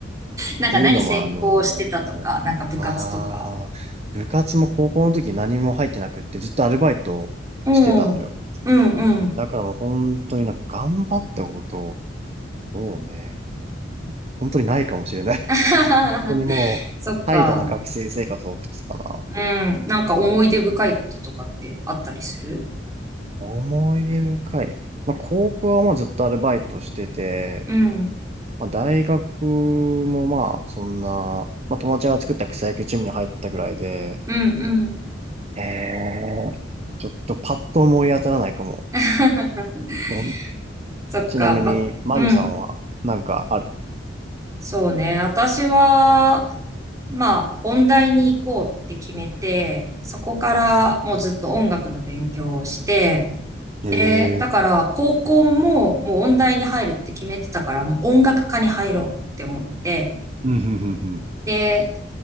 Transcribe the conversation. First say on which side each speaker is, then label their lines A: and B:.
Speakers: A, on the right; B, on the right.
A: なんか何専攻してたとか、
B: ていうのも、あのあー部活も高校の時何も入ってなくってずっとアルバイトしてたのよ。
A: なんか部活とか。おう。うんうん。
B: だからもう本当になんか頑張ったこと、そうね、本当にないかもしれない。
A: <laughs>
B: <laughs> もう本当にもう、
A: そっか。
B: 怠惰な学生生活を送ってたかな。
A: うん。なんか思い出深いこととかってあったりする
B: 思い出深い。まあ、高校はもうずっとアルバイトしてて、
A: うん。
B: まあ、大学もまあ、そんな、まあ、友達が作った草野球チームに入ったぐらいで、
A: うん
B: へえ。ちょっとパッと思い当たらないかも。
A: うん。<laughs>
B: もう
A: そっか。
B: ちなみに、
A: ば、
B: マミさんはなんかある。
A: うん。そうね。私は、まあ、音大に行こうって決めて、そこからもうずっと音楽の勉強をして、
B: え
A: で、だから高校ももう音大に入るって決めてたから、
B: え。
A: もう音楽科に入ろうって思って、
B: うん、ふんふんふん。
A: で、